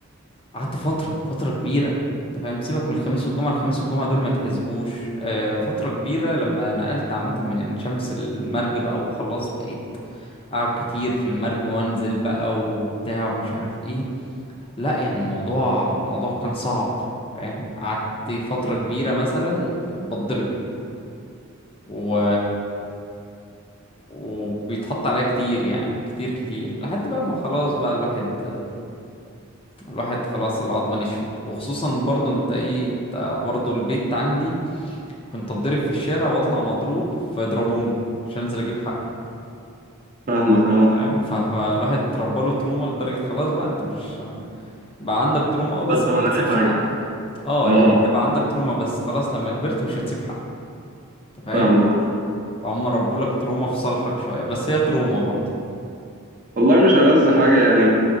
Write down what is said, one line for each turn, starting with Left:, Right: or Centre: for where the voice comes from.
Left: قعدت فتره فتره كبيره انت فاهم سيبك من الخميس والجمعه الخميس والجمعه دول ما يتحسبوش آه فتره كبيره لما نقلت عامه من عين شمس المرج بقى وخلاص بقيت اقعد كتير في المرج وانزل بقى وبتاع ومش عارف ايه لا يعني الموضوع الموضوع كان صعب فاهم قعدت فتره كبيره مثلا بتضرب و وبيتحط عليا كتير يعني كتير كتير لحد بقى ما خلاص بقى الواحد الواحد خلاص العظمة نشفت وخصوصا برضو انت ايه انت برضو البيت عندي كنت اتضرب في الشارع واطلع مضروب فيضربوني عشان انزل اجيب حقي
Right: فاهمك اه
Left: فاهم ف- فالواحد اتربى له تروما لدرجة خلاص بقى انت مش بقى عندك تروما اه بس
Right: تقدر تعمل
Left: ما بتسيبش
Right: اي حاجه
Left: حقك اه
Right: اه
Left: يعني انت بقى عندك تروما بس خلاص لما كبرت مش هتسيب حقك انت فاهم
Right: فاهمك اه
Left: فهم ربوا لك تروما في صالحك شوية بس هي تروما برضه
Right: والله مش ألذ حاجة يعني